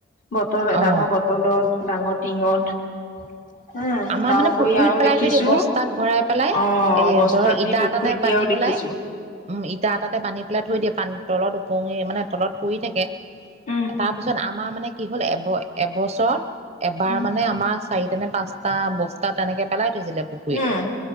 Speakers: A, on the left; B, on the right.
A: বটল
B: অ
A: ডাঙৰ বটলত ডাঙৰ টিঙত উম
B: আমাৰ
A: তাৰপৰি
B: মানে পুখুৰীত
A: আৰু
B: পেলাই
A: দেখিছো
B: থৈ দিয়ে বস্তাত
A: অ
B: ভৰাই পেলাই এই
A: বস্তাত
B: ধৰক ইটা
A: দি পুখুৰী
B: এটাতে বান্ধি
A: দিয়াত
B: পেলাই
A: দেখিছো
B: উম ইটা এটাতে পানীত পেলাই থৈ দিয়ে পানী তলত ওপঙি মানে তলত পৰি থাকে
A: উম
B: তাৰপিছত আমাৰ মানে কি হ'ল এব এবছৰত এবাৰ
A: উম
B: মানে আমাৰ চাৰিটা নে পাঁচ টা বস্তা তেনেকে পেলাই থৈছিলে পুখুৰীত
A: উম